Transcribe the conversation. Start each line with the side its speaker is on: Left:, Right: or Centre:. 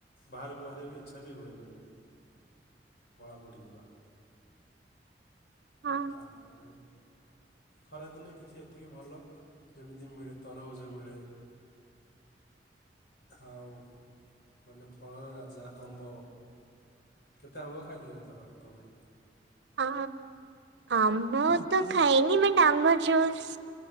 Left: ବାହାରକୁ ବାହାରିବା ବି ଇଚ୍ଛା ବି ହୁଏନି କଳା ପଡ଼ିଯିବା।
Right: ହଁ
Left: ତାପରେ ଖରାଦିନେ କିଛି ଏତିକି ଭଲ ଯେମିତି ମିଳେ ତରଭୁଜ ମିଳେ। ଆଉ ମାନେ ଫଳର ରାଜା ଆମ୍ବ। କେତେ ଆମ୍ବ ଖାଇଲେ ଏଥର ତମେ?
Right: ଆ ଆମ୍ୱ ତ ଖାଇନି ବଟ୍ ଆମ୍ୱଜୁସ